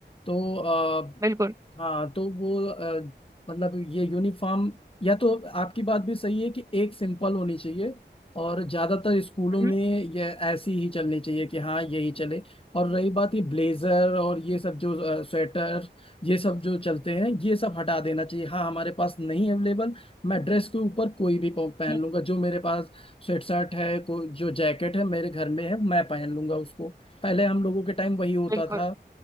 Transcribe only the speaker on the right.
बिल्कुल
हम्म
हम्म,
बिल्कुल